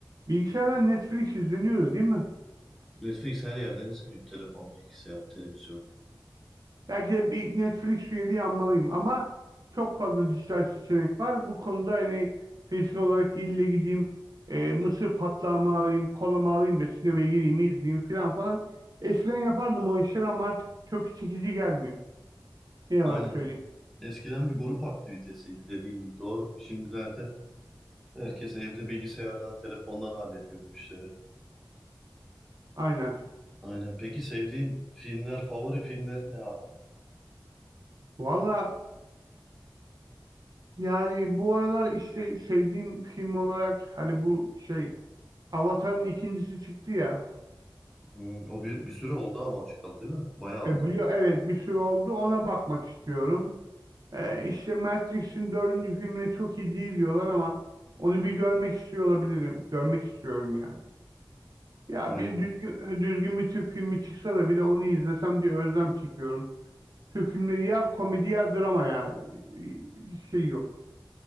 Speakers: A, on the right; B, in the centre.
A: bilgisayardan Netflix izleniyordu değil mi?
B: Netflix her yerden izleniyor. Telefon, bilgisayar, televizyon.
A: Belki de bir Netflix üyeliği almalıyım ama çok fazla dijital seçenek var. Bu konuda hani fiziksel olarak ille gideyim, e, mısır patlağımı alayım, kolamı alayım da sinemaya gireyim, izleyeyim falan falan. Eskiden yapardım o işleri ama artık çok çekici gelmiyor. Ne yalan
B: Aynen.
A: söyleyeyim.
B: Eskiden bir grup aktivitesiydi dediğin gibi. Doğru. Şimdilerde herkes evde bilgisayardan, telefondan hallediyor bu işleri.
A: Aynen.
B: Aynen. Peki sevdiğin filmler, favori filmlerin ne abi?
A: Valla yani bu aralar işte sevdiğim film olarak hani bu şey Avatar'ın ikincisi çıktı ya.
B: Hmm, o bir, bir süre oldu ama o çıkalı değil mi? Bayağı
A: E,
B: oldu.
A: biliyor evet bir sürü oldu ona bakmak istiyorum. E, işte Matrix'in dördüncü filmine çok iyi değil diyorlar ama onu bir görmek istiyor olabilirim. Görmek istiyorum yani. Ya
B: Aynen.
A: bir düzgün, düzgün bir Türk filmi çıksa da bir de onu izlesem diye özlem çekiyorum. Türk filmleri ya komedi ya drama ya. E, Şey yok.